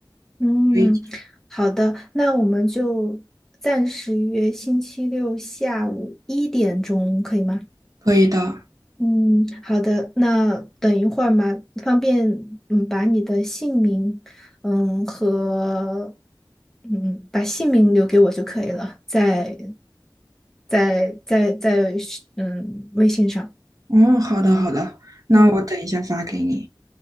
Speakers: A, in the centre; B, on the right.
A: 嗯，
B: 可以
A: 好的，那我们就暂时约星期六下午一点钟，可以吗？
B: 可以的。
A: 嗯，好的。那等一会儿嘛，方便嗯把你的姓名嗯和嗯把姓名留给我就可以了，在在在在嗯微信上。
B: 嗯，好的好的，那我等一下发给你。
A: 嗯。